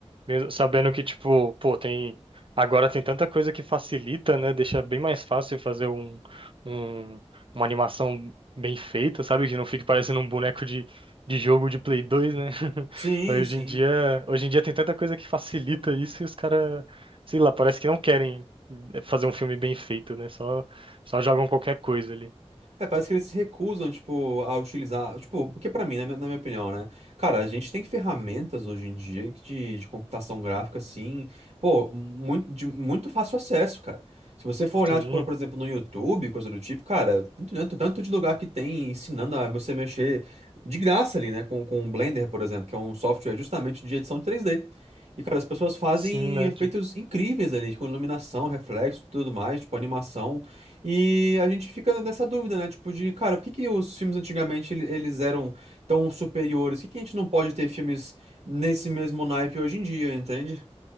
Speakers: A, on the right (about 55°); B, on the right (about 85°).
A: Mesmo sabendo que, tipo, pô, tem. Agora tem tanta coisa que facilita, né? Deixa bem mais fácil fazer um, um- uma animação bem feita, sabe? Que não fique parecendo um boneco de, de jogo de Play 2, né? <laughs>
B: Sim,
A: Hoje
B: sim.
A: em dia, hoje em dia tem tanta coisa que facilita isso e os caras, sei lá, parece que não querem eh, fazer um filme bem feito, né? Só, só jogam qualquer coisa ali.
B: É, parece que eles se recusam, tipo, a utilizar. Tipo, porque pra mim, né, na minha opinião, né? Cara, a gente tem ferramentas hoje em dia que de, de computação gráfica, assim, pô, muito, de muito fácil acesso, cara. Se você for olhar,
A: Sim,
B: tipo, por exemplo, no YouTube, coisa do tipo, cara, tanto, tanto, tanto de lugar que tem ensinando a você mexer de graça ali, né? Com, com o Blender, por exemplo, que é um software justamente de edição 3D. E, cara, as pessoas fazem
A: sim, né?
B: efeitos incríveis ali, com iluminação, reflexo, tudo mais, tipo, animação. E a gente fica nessa dúvida, né? Tipo, de, cara, por que que os filmes antigamente ele- eles eram tão superiores? Por que que a gente não pode ter filmes nesse mesmo naipe hoje em dia, entende?